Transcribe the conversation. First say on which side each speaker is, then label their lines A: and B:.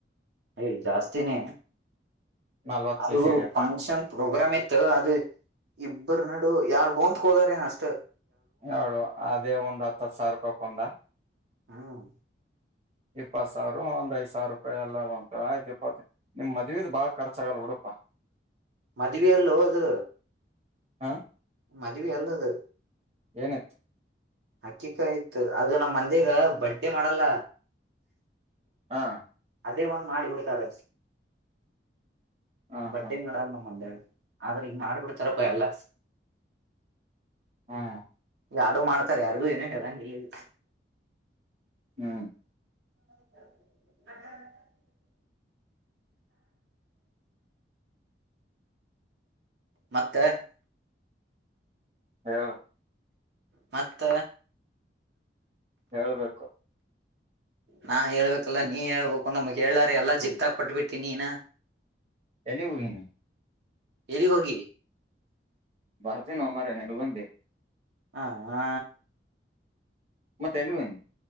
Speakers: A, on the right; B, on the right.
A: ಯ ಜಾಸ್ತಿನೇ
B: ನಲ್ವತ್
A: ಅದು
B: ಕೆಜಿ ಇಡಿಯಪ್ಪಾ
A: ಫಂಕ್ಷನ್ ಪ್ರೋಗ್ರಾಮ್ ಇತ್ತು ಅದು ಇಬರು ನಡು ಯಾವ ಗೋಂದತ್ಕೋದಾರ ಏನ್ ಅಷ್ಟು
B: ಎರಡು ಅದೇ ಒಂದ್ ಹತ್ತತ್ ಸಾವಿರ ರೂಪಾಯ್ ಕೊಂದ
A: ಹ್ಮ್
B: ಇಪ್ಪತ್ ಸಾವಿರ ಒಂದ್ ಐದು ಸಾವಿರ ರೂಪಾಯಿ ಎಲ್ಲ ಬಂತು ಆಯ್ತು ಇಪ್ಪತ್ತು ನಿಮ್ ಮದ್ವಿದದ ಬಾಳ್ ಖರ್ಚಾಗಲ್ ಹುಡಪಾ
A: ಮದುವ ಅಲ್ಲೋ ಅದು
B: ಹಾ
A: ಮದವೆ ಅಲ್ಲದು
B: ಏನತ್ತು
A: ಅಕ್ಕಿಕಾಯಯ್ತು ಅದು ನಮ್ಮ ಮಂದಿಗ ಬಟ್ಟೆ ಮಾಡಲ್ಲ
B: ಹಾ
A: ಅದೇ ಒಂದು ಮಾಡಿ ಬಿಡ್ತಾರೆ
B: ಹಾ
A: ಬಟ್ಟೆ
B: ಹಾ
A: ಮಾಡಡ ನಮ್ಮ ಮಂದ್ಯಾಗ ಆದ್ರೆ ಈಗ ಮಾಡ್ಬಿಡ್ತಾರಪ್ಪ ಎಲ್ಲ
B: ಹಾ
A: ಯಾಡು ಮಾಡ್ತಾರೆ ಯಾರಿಗು ಏನನು ಹೇಳಂಗ ಇಲ್ಲ <inaudible>
B: ಹ್ಮ್
A: <unintelligible> ಮತ್ತೆ
B: ಹೇಳು
A: ಮತ್ತ
B: ಹೇಳ್ಬೇಕು
A: ನಾ ಹೇಳ್ಬೇಕಲ್ಲ ನೀ ಹೇಳ್ಬೇಕು ನಮ್ಗ ಹೇಳಾರೆ ಎಲ್ಲ ಜಿಗ್ತಕ್ ಪಟ್ಬಿಟ್ಟೀ ನೀನ
B: ಎಲ್ಲಿಗ್ ಹೋಗಿನಿ
A: ಎಲ್ಲಿಗ್ ಹೋಗಿ
B: ಬರ್ತೀನೋ ಮರಾಯ ನಿಡಗುಂದಿ
A: ಹಾ ಹಾ
B: ಮತ್ತ್ ಎಲ್ಲಿಗ್ ಹೋಗಿನ